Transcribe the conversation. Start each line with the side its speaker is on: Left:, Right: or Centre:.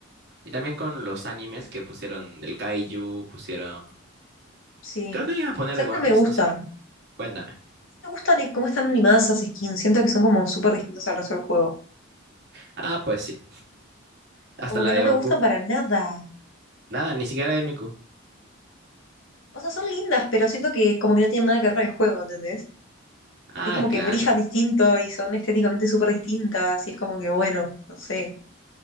Right: Y también con los animes que pusieron del Kaiju, pusieron...
Left: Sí.
Right: Creo que iban a poner
Left: ¿Sabes
Right: de One
Left: qué no me
Right: Piece,
Left: gusta?
Right: no sé. Cuéntame.
Left: Me gustan eh, cómo están animadas esas skins. Siento que son como súper distintas al resto del juego.
Right: Ah, pues sí. Hasta
Left: Como
Right: la
Left: que
Right: de
Left: no me
Right: Goku.
Left: gustan para nada.
Right: Nada, ni siquiera la de Miku.
Left: O sea, son lindas, pero siento que como que no tienen nada que ver con el juego, ¿entendés?
Right: Ah,
Left: es como que
Right: claro.
Left: brillan distinto y son estéticamente súper distintas, y es como que, bueno, no sé,